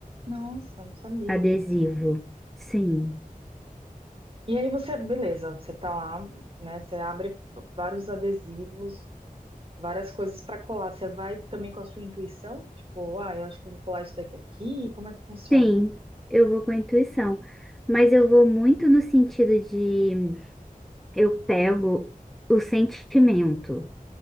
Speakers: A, on the right; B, in the centre.
A: Nossa, não sabia
B: adesivo.
A: disso.
B: Sim.
A: E aí você, beleza, você tá lá, né? Você abre vários adesivos, várias coisas para colar. Você vai também com a sua intuição? Tipo, ah, eu acho que eu vou colar isso daqui aqui. Como é que funciona?
B: Sim, eu vou com a intuição, mas eu vou muito no sentido de eu pego o sentimento.